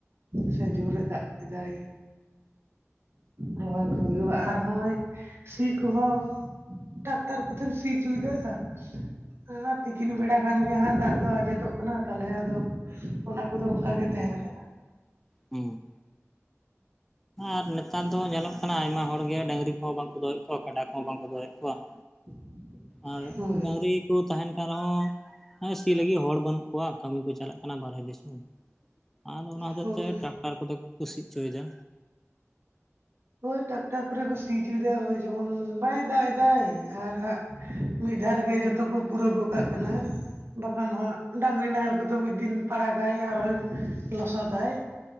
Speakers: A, on the right (about 55°); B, in the centre.
A: ᱥᱮ ᱡᱳᱨᱮ ᱫᱟᱜ ᱠᱤᱫᱟᱭ ᱨᱚᱦᱚᱭ ᱠᱚ ᱦᱩᱭᱩᱜ-ᱟ ᱟᱨ ᱦᱚᱸᱜ-ᱚᱭ ᱥᱤ ᱠᱚᱦᱚᱸ ᱛᱟᱨ ᱠᱚᱛᱮᱢ ᱥᱤ ᱦᱚᱪᱚᱭᱫᱟ᱾ ᱦᱟᱸ ᱛᱤᱠᱤᱱ ᱵᱮᱲᱟ ᱠᱷᱟᱱ ᱜᱮ ᱦᱟᱸᱜ ᱫᱟᱜ ᱫᱚ ᱟᱸᱡᱮᱫᱚᱜ ᱠᱟᱱᱟ ᱛᱟᱦᱚᱞᱮ ᱟᱫᱚ ᱚᱱᱟ ᱠᱚᱫᱚ ᱚᱱᱠᱟ ᱜᱮ ᱛᱟᱦᱮᱱ ᱠᱟᱱᱟ᱾
B: ᱦᱩᱸ ᱟᱨ ᱱᱮᱛᱟᱨ ᱫᱚ ᱧᱮᱞᱚᱜ ᱠᱟᱱᱟ ᱟᱭᱢᱟ ᱦᱚᱲᱜᱮ ᱰᱟᱹᱝᱨᱤ ᱠᱚᱦᱚᱸ ᱵᱟᱝᱠᱚ ᱫᱚᱦᱚᱭᱮᱫ ᱠᱚᱣᱟ ᱠᱟᱰᱟ ᱠᱚᱦᱚᱸ ᱵᱟᱝᱠᱚ ᱫᱚᱦᱚᱭᱮᱫ ᱠᱚᱣᱟ ᱾
A: <unintelligible>
B: ᱟᱨ
A: ᱦᱳᱭ
B: ᱰᱟᱹᱝᱨᱤ ᱠᱚ ᱛᱟᱦᱮᱱ ᱠᱟᱱ ᱨᱮᱦᱚᱸ ᱦᱟᱸᱭ ᱥᱤ ᱞᱟᱹᱜᱤᱫ ᱦᱚᱲ ᱵᱟᱹᱱᱩᱜ ᱠᱚᱣᱟ᱾ ᱠᱟᱹᱢᱤ ᱠᱚ ᱪᱟᱞᱟᱜ ᱠᱟᱱᱟ ᱵᱟᱦᱨᱮ ᱫᱤᱥᱚᱢ᱾ ᱟᱫᱚ ᱚᱱᱟ ᱦᱚᱛᱮᱜ
A: ᱦᱳᱭ
B: ᱛᱮ ᱴᱨᱟᱠᱴᱟᱨ ᱠᱚᱫᱚ ᱠᱚ ᱥᱤ ᱦᱚᱪᱚᱭᱮᱫᱟ᱾
A: ᱦᱳᱭ ᱴᱟᱠᱴᱟᱨ ᱠᱚᱨᱮ ᱠᱚ ᱥᱤ ᱦᱚᱪᱚᱭᱮᱫᱟ ᱳᱭ ᱡᱮᱢᱚᱱ ᱵᱟᱭ ᱫᱟᱜ ᱮᱫᱟ ᱟᱨ ᱦᱟᱸᱜ ᱢᱤᱫ ᱫᱟᱣ ᱨᱮᱜᱮ ᱡᱚᱛᱚ ᱠᱚ ᱯᱩᱨᱟᱹᱣ ᱜᱚᱜ ᱠᱟᱜ ᱠᱟᱱᱟ᱾ ᱵᱟᱠᱷᱟᱱ ᱦᱟᱸᱜ ᱰᱟᱝᱨᱤ ᱱᱟᱦᱮᱞ ᱠᱚᱫᱚ ᱢᱤᱫ ᱫᱤᱱ ᱯᱟᱲᱟᱜᱟᱭ ᱟᱨᱦᱚᱸ ᱞᱚᱥᱚᱫᱟᱭ᱾